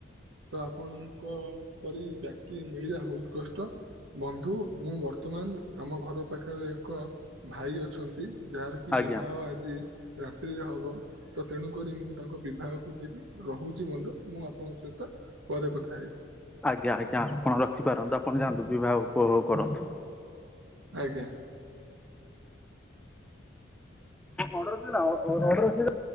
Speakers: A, on the right (about 80°); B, in the centre.
A: ତ ଆପଣଙ୍କ ପରି ବ୍ୟକ୍ତି ମିଳିଲା ବହୁତ କଷ୍ଟ। ବନ୍ଧୁ ମୁଁ ବର୍ତ୍ତମାନ ଆମ ଘର ପାଖରେ ଏକ ଭାଇ ଅଛନ୍ତି ଯାହାର କି
B: ଆଜ୍ଞା
A: ବିବାହ ଆଜି ରାତ୍ରିରେ ହବ। ତ ତେଣୁକରି ମୁଁ ତାଙ୍କ ବିବାହକୁ ଯିବି ରହୁଛି ବନ୍ଧୁ ମୁଁ ଆପଣଙ୍କ ସହିତ ପରେ କଥାହେବି।
B: ଆଜ୍ଞା ଆଜ୍ଞା ଆପଣ ରଖିପାରନ୍ତୁ ଆପଣ ଯାଆନ୍ତୁ ବିବାହ ଉପଭୋଗ କରନ୍ତୁ।
A: ଆଜ୍ଞା।
B: ଅଡର ଥିଲା ଅଡର ଥିଲା।